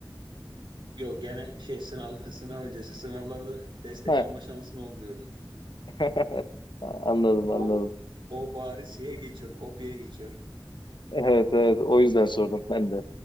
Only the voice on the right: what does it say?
Yok gene şey sınav <laughs> sınav öncesi sınavlarda destek
alma şansın olmuyordu.
O o bari şeye geçiyor, kopyaya geçiyor.